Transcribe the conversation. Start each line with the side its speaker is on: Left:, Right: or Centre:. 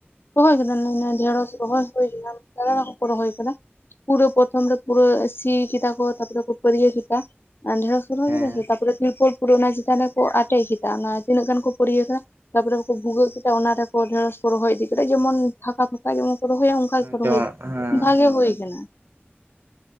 Left: ᱨᱚᱦᱚᱭ ᱠᱟᱫᱟ ᱞᱮ ᱱᱚᱭ ᱰᱷᱮᱲᱚᱥ ᱠᱚ ᱨᱚᱦᱚᱭ ᱦᱩᱭ ᱠᱟᱱᱟ, ᱫᱟᱫᱟ ᱛᱟᱠᱚᱠᱚ ᱨᱚᱦᱚᱭ ᱟᱠᱟᱫᱟ᱾ ᱯᱩᱨᱟᱹ ᱯᱚᱨᱚᱛᱷᱚᱢ ᱨᱮ ᱯᱩᱨᱟᱹ ᱥᱤ ᱠᱮᱫᱟ ᱠᱚ ᱛᱟᱯᱚᱨᱮ ᱠᱚ ᱯᱟᱹᱨᱤᱭᱟᱹ ᱠᱮᱫᱟ᱾ ᱟᱨ ᱰᱷᱮᱲᱚᱥ ᱠᱚ ᱨᱚᱦᱚᱭ
Right: ᱦᱮᱸ
Left: ᱠᱮᱫᱟ ᱥᱮ ᱛᱟᱨᱯᱚᱨᱮ ᱛᱤᱨᱯᱚᱞ ᱯᱩᱨᱟᱹ ᱚᱱᱟ ᱪᱮᱛᱟᱱ ᱨᱮ ᱠᱚ ᱟᱴᱮᱫ ᱠᱮᱫᱟ ᱚᱱᱟ ᱛᱤᱱᱟᱹᱜ ᱜᱟᱱ ᱠᱚ ᱯᱟᱹᱨᱭᱤᱭᱟᱹ ᱠᱮᱫᱟ᱾ ᱛᱟᱯᱚᱨᱮ ᱠᱚ ᱵᱷᱩᱜᱟᱹᱜ ᱠᱮᱫᱟ ᱚᱱᱟ ᱨᱮᱠᱚ ᱰᱷᱮᱲᱚᱥ ᱠᱚ ᱨᱚᱦᱚᱭ ᱤᱫᱤ ᱠᱮᱫᱟ ᱡᱮᱢᱚᱱ ᱯᱷᱟᱸᱠᱟ ᱯᱷᱟᱸᱠᱟ ᱡᱮᱢᱚᱱ ᱠᱚ ᱨᱚᱦᱚᱭᱟ, ᱚᱱᱠᱟ ᱜᱮᱠᱚ ᱨᱚᱦᱚᱭᱟ
Right: ᱡᱮᱢᱚᱱ ᱦᱮᱸ
Left: ᱵᱷᱟᱜᱮ ᱦᱩᱭ ᱟᱠᱟᱱᱟ᱾